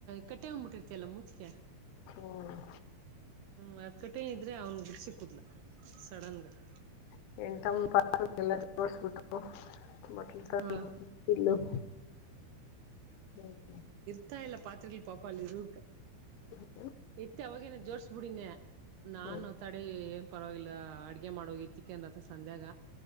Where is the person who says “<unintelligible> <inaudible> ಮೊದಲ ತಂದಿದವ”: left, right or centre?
Left